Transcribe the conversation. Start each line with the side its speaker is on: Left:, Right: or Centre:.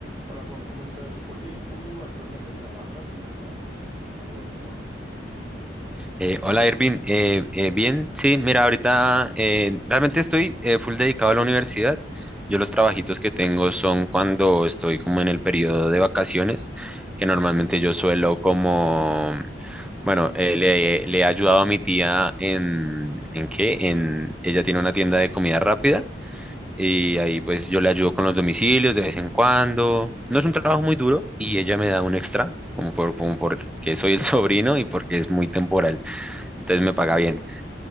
Right: Hola Juan, ¿cómo estás? Oye, ¿tú actualmente trabajas en algo? Ah, o, o no?
Centre: Eh, hola Irvin, Eh, eh, bien, sí, mira, ahorita eh, realmente estoy eh, full dedicado a la universidad. Yo los trabajitos que tengo son cuando estoy como en el periodo de vacaciones, que normalmente yo suelo como, bueno, eh, le, le he ayudado a mi tía en, ¿en qué? En, ella tiene una tienda de comida rápida y ahí pues yo le ayudo con los domicilios de vez en cuando. No es un trabajo muy duro y ella me da un extra, como por, como porque soy el <laughs> sobrino y porque es muy temporal entonces
Right: Entiendo,
Centre: me paga
Right: entiendo.
Centre: bien.